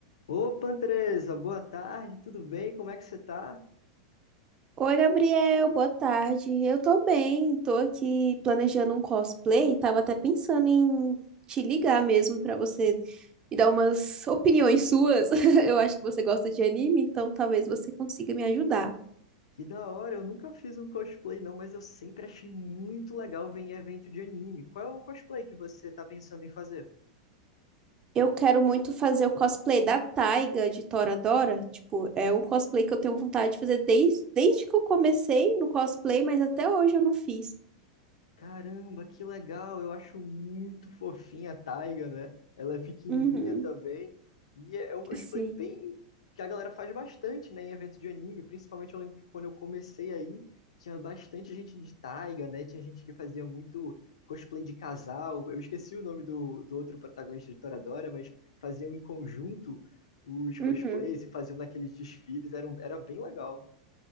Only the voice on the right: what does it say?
Oi, Gabriel, boa tarde. Eu tô bem, tô aqui planejando um cosplay. Tava até pensando em te ligar mesmo pra você me dar umas opiniões suas. <laughs> Eu acho que você gosta de anime, então talvez você consiga me ajudar.
Eu quero muito fazer o cosplay da Taiga de Toradora. Tipo, é um cosplay que eu tenho vontade de fazer desde, desde que eu comecei no cosplay, mas até hoje eu não fiz.
Uhum,
sim.
Uhum.